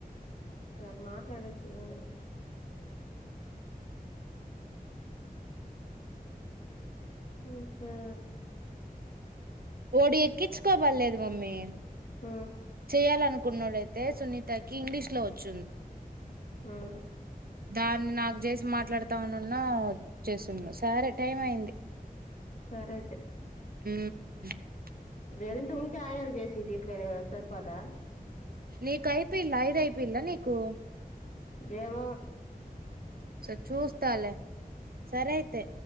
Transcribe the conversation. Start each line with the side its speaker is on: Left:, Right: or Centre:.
Left: సరే మాట్లాడేసి రా ఉ సరే
Right: ఓడి ఎక్కించుకోమనలేదు మమ్మీ
Left: ఉమ్
Right: చెయాలనుకున్నాడయితే సునీతకి ఇంగ్లీష్ క్లోజ
Left: ఉమ్
Right: దాన్ని నాకు చేసి మాట్లాడు టౌనున్నా వచ్చేసు సరే టైం అయింది
Left: సరే అయితే
Right: <unintelligible> <unintelligible>
Left: లేదంటే ఉంటే ఆయన చేసి దీంట్లోనే సరిపోదా
Right: నీకు అయిపోయిందా ఐదు అయిపోయిందా నీకు
Left: ఏేముో
Right: స చూస్తాలే సరే అయితే